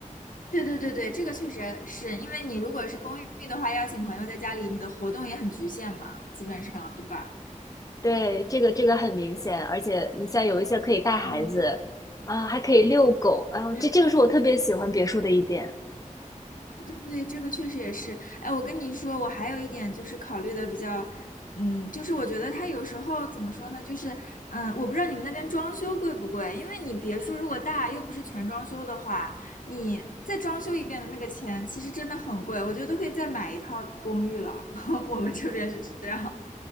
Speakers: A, on the left; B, on the left.
A: 对对对对，这个确实是因为你如果是公寓的话，邀请朋友在家里，你的活动也很局限嘛，基本上，对吧？
B: 对，这个这个很明显，而且你像有一些可以带孩子啊，
A: 嗯
B: 还可以遛狗，啊，
A: 嗯，
B: 这这个是我特别喜欢别墅的一点。
A: 对对，这个确实也是。哎，我跟你说，我还有一点就是考虑的比较，嗯，就是我觉得它有时候怎么说呢，就是嗯，呃我不知道你们那边装修贵不贵，因为你别墅如果大又不是全装修的话，你再装修一遍的那个钱其实真的很贵，我觉得都可以再买一套公寓了。<laughs> 我们这边是这样，